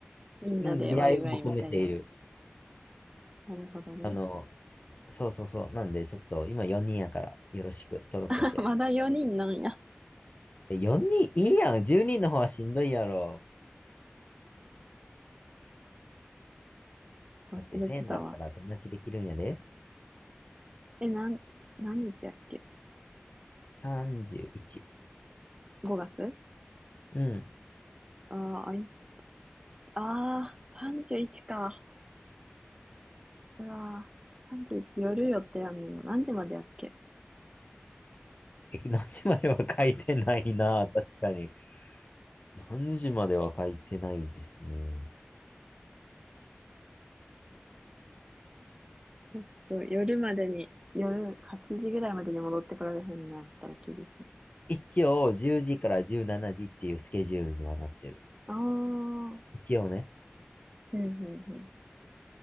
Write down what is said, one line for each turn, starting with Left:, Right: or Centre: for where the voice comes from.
Right: みんなでワイワイみたいな。
Left: うん、出会いを求めている。
Right: なるほどね。
Left: あの、そうそうそう。なんで、ちょっと今4人やから、よろしく、登録しや。
Right: <laughs> まだ4人なんや。
Left: え、4人いいやん。10人の方はしんどいやろ。
Right: 忘れてたわ。
Left: だって1000出したら友達できるんやで。
Right: え、なん、何日やっけ
Left: 31。
Right: ?5 月
Left: うん。
Right: ああ、あい、ああ、31か。うわあ、31夜予定やんねんの。何時までやっけ
Left: え、何時までは書いてないな。確かに。何時までは書いてないですね。
Right: ちょっと夜までに、夜8時ぐらいまでに戻ってこられへんなったら厳しい。
Left: 一応、10時から17時っていうスケジュールにはなってる。
Right: ああ、うん
Left: 一応ね。
Right: うん